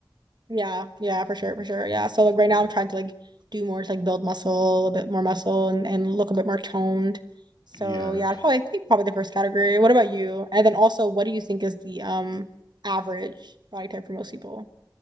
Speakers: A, on the right; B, on the left.
A: yeah, yeah, for sure,
B: Mm,
A: for sure. Yeah. So like right
B: yeah.
A: now, I'm trying to like do more to like build muscle, a bit more muscle, and and look a bit more toned. So
B: Yes.
A: yeah, I'd probably I think probably the first category. What about you? And then also, what do you think is the um average body type for most people?